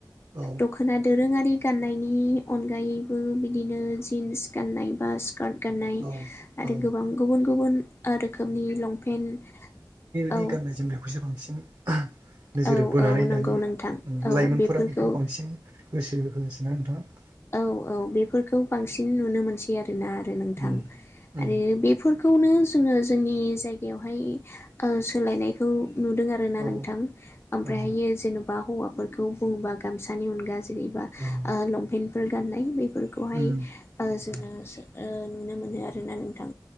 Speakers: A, on the right; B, on the left.
A: औ
B: दख'ना दोरोङारि गाननायनि अगायैबो बिदिनो जिनस गानाय बा स्कार्ट गाननाय
A: औ
B: आरो
A: औ
B: गोबां गुबुन गुबुन रोखोमनि लंपेन्ट
A: नि
B: औ
A: गाननाय जोमनायखौसो बांसिन नोजोर
B: औ
A: बोनानै
B: औ
A: दानि
B: नंगौ नोंथां औ
A: लाइमोनफोरा
B: बेफोरखौ
A: बेखौ बांसिन गोसो होसिनना नोंथाङा
B: औ औ बेफोरखौ बांसिन नुनो मोनसै आरोना आरो नोंथां
A: उम उम
B: आरो बेफोरखौ बेखौनो जोङो जोंनि जायगायावहाय सोलायनायखौ नुदों आरोना
A: औ
B: नोंथां ओमफ्रायहायो
A: औ
B: जेन'बा हौवाफोरखौ बुङोबा गामसानि अनगायै जों जेनेबा
A: औ
B: लंपेन्टफोर गाननाय बेफोरखौहाय
A: उम
B: जोङो
A: औ
B: नुनो मोनो आरोना नोंथा